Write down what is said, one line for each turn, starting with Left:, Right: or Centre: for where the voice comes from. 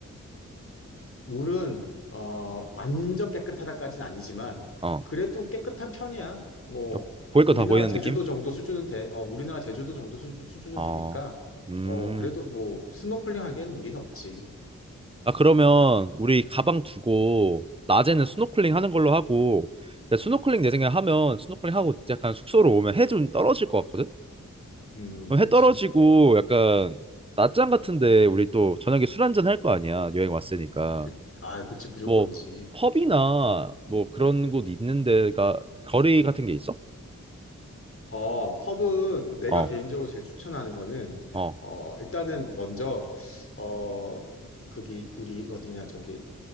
Left: 물은 어 완전 깨끗하다까지는 아니지만
Right: 어.
Left: 그래도 깨끗한 편이야. 뭐
Right: 그러니까 보일 거
Left: 우리나라
Right: 다 보이는
Left: 제주도
Right: 느낌?
Left: 정도 수준은 돼. 어 우리나라 제주도 정도 수, 수준은
Right: 어,
Left: 되니까
Right: 음.
Left: 어 그래도 뭐 스노클링 하기엔 무리는 없지.
Right: 아, 그러면 우리 가방 두고 낮에는 스노클링 하는 걸로 하고, 근데 스노클링 내 생각에 하면 스노클링 하고 약간 숙소로 오면 해 좀 떨어질 것 같거든?
Left: 음,
Right: 그럼
Left: 그치.
Right: 해 떨어지고 약간 낮잠 같은데 우리 또 저녁에 술 한잔 할 거 아니야? 여행 왔으니까.
Left: 그, 아, 그치 무조건이지.
Right: 뭐 펍이나 뭐 그런 곳 있는 데가 거리 같은 게 있어?
Left: 어 펍은 내가
Right: 어,
Left: 개인적으로 제일 추천하는 거는
Right: 어,
Left: 어 일단은 먼저 어 거기 우리 어디냐 저기